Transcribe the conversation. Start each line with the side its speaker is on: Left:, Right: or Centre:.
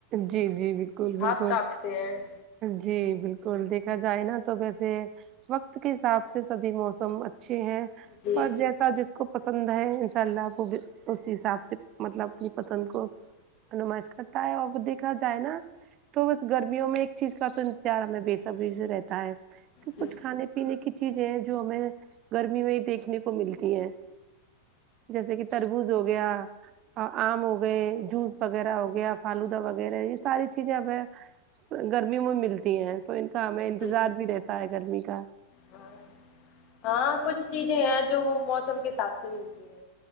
Right: جی جی بالکل
Left: ہاتھ
Right: بالکل
Left: کاپتے ہیں
Right: جی بالکل دیکھا جائے نا تو ویسے وقت کے حساب سے سبھی موسم اچھے ہیں
Left: جی
Right: پر جس جس کو پسند ہے ان شاء اللہ وہ اس حساب سے مطلب اپنی پسند کو انمش کرتا ہے اور وہ دیکھا جائے نا تو بس گرمیوں میں چیز کا تو انتظار ہمیں بےصبری سے رہتا ہے کہ
Left: جی
Right: کچھ کھانے پینے کی چیزیں جو ہمیں گرمی میں ہی دیکھنے کو ملتی ہے جیسے کہ تربوز ہو گیا اور آم ہو گئے جوس وغیرہ ہو گیا فالودہ وغیرہ یہ ساری چیزیں اب ہے گرمی میں ملتی ہیں تو ان کا ہمیں انتظار
Left: جی
Right: بھی رہتا ہے گرمی کا
Left: ہاں ہاں کچھ چیزیں ہیں جو وہ موسم کے حساب سے ملتی ہے